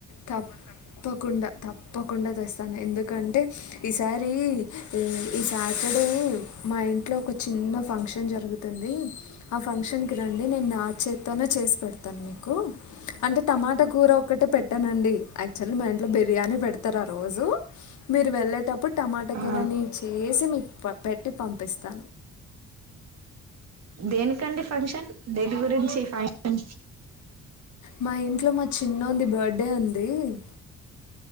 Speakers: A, on the left; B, on the right.
A: తప్పకుండా తప్ప తప్పకుండా తెస్తాను ఎందుకంటే ఈసారి ఈ సాటర్డే మా ఇంట్లో ఒక చిన్న ఫంక్షన్ జరుగుతుంది ఆ ఫంక్షన్ కి రండి నేను నాచేతోనే చేసి పెడతాను మీకు అంటే టమాటా కూర ఒకటే పెట్ట పెటానండి యాక్చువల్లీ మా ఇంట్లో బిర్యానీ పెడతారు ఆ రోజు మీరు వెళ్ళేటప్పుడు టమాటా
B: ఆ
A: కూర నేను చేసి మీకు పంపి పెట్టి పంపిస్తా
B: దేనికండి ఫంక్షన్ దేని గురించి ఫంక్షన్
A: మా ఇంట్లో మా చిన్ననోనిది బర్త్డే ఉంది అమ్